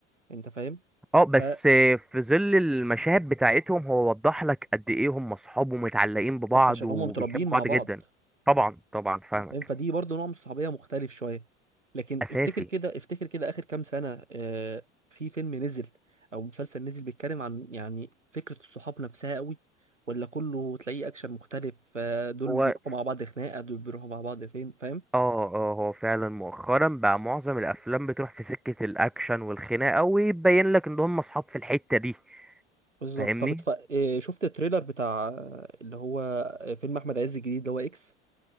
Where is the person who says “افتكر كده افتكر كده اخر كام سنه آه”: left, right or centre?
Right